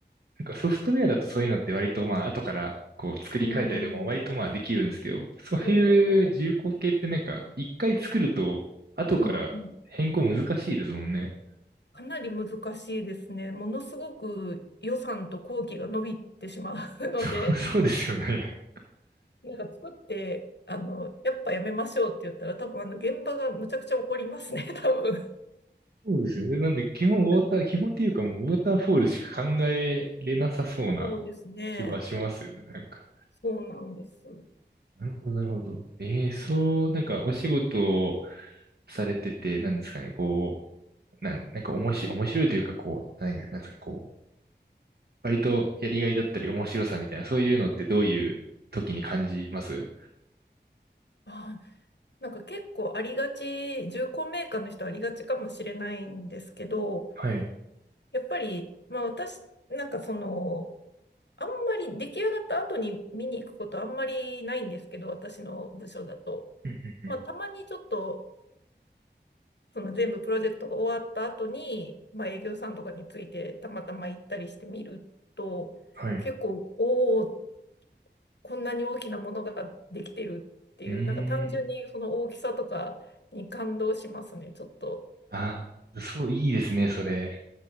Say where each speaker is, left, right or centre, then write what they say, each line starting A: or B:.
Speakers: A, on the right (about 60°); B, on the left (about 70°).
A: なんかソフトウェアだとそういうのって割とまあ後からこう作り変えたりとかも割とまあできるんですけど、
B: うん、うん。
A: そういう重工系ってなんか一回作ると後から変更難しいですもんね。
B: おーうんうん。かなり難しいですね。ものすごく予算と工期が伸びてしまうので、
A: そう、そうですよね。
B: なんか作って、あの、やっぱやめましょうって言ったら、多分あの、現場がむちゃくちゃ怒りますね、<laughs> 多分。
A: そうですね。でなんで、基本ウォーター、
B: <laughs>
A: 基本っていうかもうウォーターフォールしか考えれなさそうな
B: そうですね。
A: 気はしますよね。なんか。
B: そうなんです。
A: なるほど、なるほど。ええそう、なんかお仕事をされてて、なんですかね、こう、なん、なんか面白い、面白いというか、こう、なんか、なんですかね、こう、割とやりがいだったり面白さみたいな、そういうのってどういう時に感じます
B: まあ、なんか結構ありがち、重工メーカーの人ありがちかもしれないんですけど、
A: はい。
B: やっぱり、まあ私、なんかその、あんまり出来上がった後に見に行くことあんまりないんですけど、私の部署だと。
A: うんうん、
B: まあたまにちょっと、その全部プロジェクトが終わった後に、まあ、営業さんとかについてたまたま行ったりしてみると、
A: はい。
B: 結構、おお、こんなに大きなものができてるっていう、
A: うーん。
B: なんか単純にその大きさとかに感動しますね、ちょっと。
A: ああ、そう、いいですね、それ。